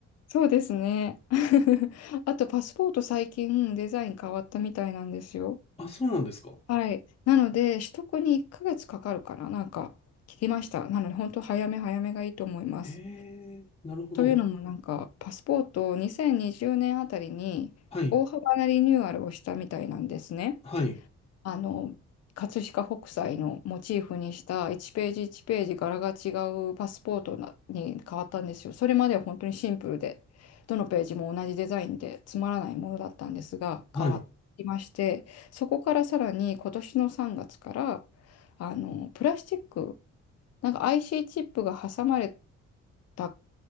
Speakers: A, on the left; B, on the left.
A: そうですね。<laughs> あと、パスポート最近デザイン変わったみたいなんですよ。
B: あ、そうなんですか。
A: はい。なので、取得に1ヶ月かかるかな、なんか聞きました。なので、本当早め早めがいいと思います。
B: へえ、なるほど。
A: というのも、なんか、パスポートを2020年あたりに大幅なリニューアルをしたみたいなんですね。
B: はい、はい、
A: あの、葛飾北斎のモチーフにした1ページ1ページ柄が違うパスポートなに変わったんですよ。それまでは本当にシンプルで、どのページも同じデザインでつまらないものだったんですが、
B: はい、
A: 変わりまして、そこからさらに今年の3月から、あの、プラスチック、なんか IC チップが挟まれた